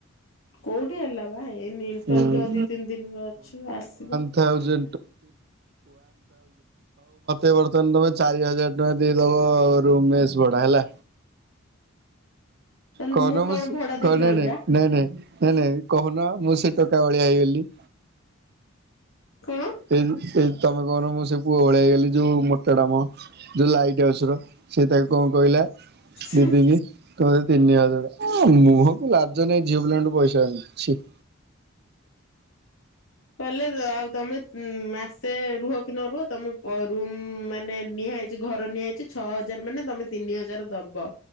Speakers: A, on the left (about 65°); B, on the right (about 50°).
A: କୋଉଠି ହେଲା ବା ଏଇନି ଇମ୍ଟରଭିଉ
B: ହୁଁ
A: ଆଉ ଦି ତିନି ଦିନର ଅଛି ଆସିବ।
B: ଆଉ ମାତ୍ର <unintelligible> <unintelligible> ଏବେ ବର୍ତ୍ତମାନ ତମେ ଚାରି ହଜାର ଟଙ୍କା ଦେଇଦବ ରୁମମେଶ ଭଡା ହେଲା?
A: ତାହେଲେ
B: କହୁନ
A: କଣ
B: ମୁଁ ନାଇଁ
A: ଭଡା ଦେଇକି ରହିବି
B: ନାଇଁ ନାଇଁ
A: ଆ
B: ନାଇଁ ନାଇଁ ନାଇଁ କହୁନ ମୁଁ ସେ ଟୋକା ଭଳିଆ ହେଇଗଲି।
A: କଣ?
B: ଏଇଯୁ ଏଇ ତମେ କହୁନ ମୁଁ ସେ ପୁଅ ଭଳିଆ ହେଇଗଲି ଯୋଉ ମୋଟାଟାମ। ଯୋଉ ଲାଇଟ୍ ହାଉସର ସେ ତାକୁ କଣ କହିଲା?
A: ଛି।
B: ଦିଦି କି କହ ତିନିହଜାର ଅ ମୁଁହକୁ ଟିକେ ଲାଜ ନାଇଁ ଝିଅ ପିଲାଙ୍କଠୁ ପଇସା ଆଣିଛି ଛି।
A: କହିଲେ ଆଉ ତମେ ମାସେ ରୁହ କି ନ ରୁହ ତମେ ରୁମ ମାନେ ନିହା ହେଇ ଘର ନିଆଯାଇଛି ଛଅ ହଜାର ମାନେ ତମେ ତିନି ହଜାର ଦବ